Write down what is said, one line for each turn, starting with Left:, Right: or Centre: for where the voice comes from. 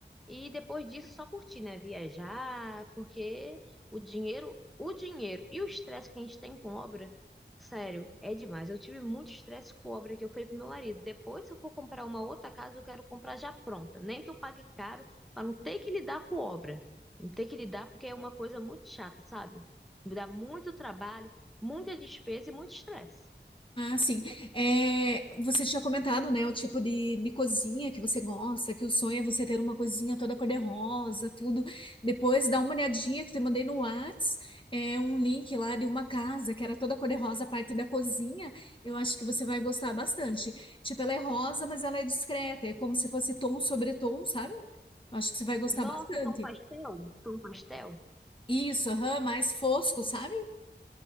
Centre: E depois disso, só curtir, né? Viajar, porque o dinheiro, o dinheiro e o estresse que a gente tem com obra, sério, é demais. Eu tive muito estresse com obra que eu falei pro meu marido. Depois, se eu for comprar uma outra casa, eu quero comprar já pronta. Nem que eu pague caro, para não ter que lidar com obra. Não ter que lidar, porque é uma coisa muito chata, sabe? Me dá muito trabalho, muita despesa e muito estresse.
Left: Ah, sim. É, você tinha comentado, né, o tipo de, de cozinha que você gosta, que o sonho é você ter uma cozinha toda cor-de-rosa, tudo. Depois dá uma olhadinha que eu te mandei no Whats, é um link lá de uma casa que era toda cor-de-rosa, a parte da cozinha. Eu acho que você vai gostar bastante. Tipo, ela é rosa, mas ela é discreta, é como se fosse tom sobre tom, sabe? Eu Acho que você vai gostar
Centre: Nossa,
Left: bastante.
Centre: tom pastel? Tom pastel?
Left: Isso, aham, mais fosco, sabe?